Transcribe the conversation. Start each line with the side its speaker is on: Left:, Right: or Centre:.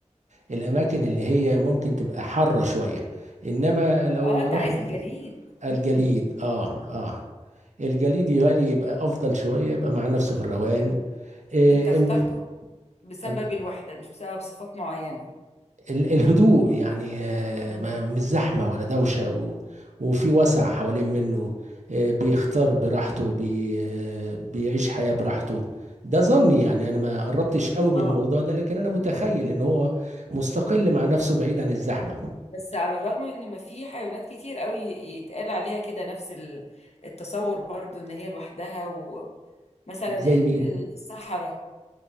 Right: الاماكن اللي هي ممكن تبقى حاره شويه انما لو
Left: اه انت
Right: رحنا
Left: عايز الجليد
Right: الجليد
Left: امم
Right: اه اه الجليد يهيألي يبقى افضل شويه يبقى مع نفسه في الروقان آه
Left: انت اخترته
Right: إم-
Left: بسبب
Right: أنا-
Left: الوحدة مش بسبب صفات معينة
Right: ال- الهدوء يعني آه
Left: امم
Right: ما- مش زحمه ولا دوشه و وفي وسع حوالين منه آه بيختار براحته بي آه بيعيش حياه براحته ده ظني يعني انا ما قربتش قوي من
Left: اه
Right: الموضوع ده لكن انا متخيل ان هو مستقل مع نفسه بعيد عن الزحمه
Left: بس على الرغم من ان ما في حيوانات كتير قوي يتقال عليها كده نفس ال- التصور برضو ان هي لوحدها ومثلا
Right: زي
Left: ال-
Right: مين
Left: ال- الصحراء